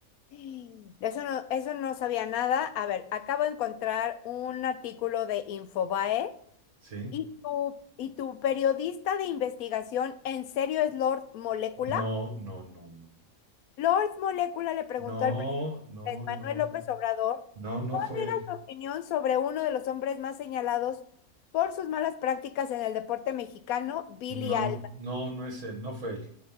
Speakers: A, on the left; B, on the right.
A: <gasps> De Eso no, eso no sabía nada. A ver, acabo de encontrar un artículo de Infobae
B: ¿Sí?
A: y tu, y tu periodista de investigación, ¿en serio es Lord Molécula?
B: No, no, no, no,
A: Lord Molécula le preguntó
B: no,
A: al presidente
B: no, no,
A: Manuel López
B: no,
A: Obrador
B: no, no
A: cuál
B: fue
A: era
B: él.
A: su opinión sobre uno de los hombres más señalados por sus malas prácticas en el deporte mexicano, Billy
B: No,
A: Alba.
B: no, no es él, no fue él,